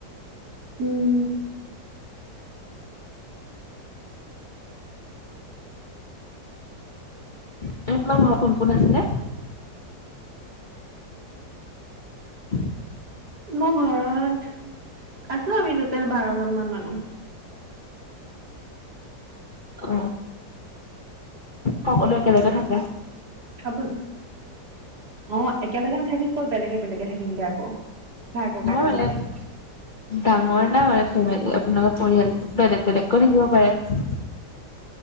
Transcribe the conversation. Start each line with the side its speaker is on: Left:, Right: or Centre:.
Right: উম।
Left: <unintelligible> কোন কোন আছিলে? <inaudible>
Right: মোৰ ঘৰত, আছোঁ আমি টো'টেল বাৰজন মান মানুহ।
Left: অ, সকলো একেলগে থাকে?
Right: আপোন অ, একেলেগে নাথাকি ক'ত বেলেগে, বেলেগে থাকিমগে আকৌ। ভাই
Left: <unintelligible>
Right: ককাই
Left: <unintelligible>
Right: চব
Left: পৰিয়ালটো
Right: আমি।
Left: বেলেগ বেলেগকো থকিব পাৰে।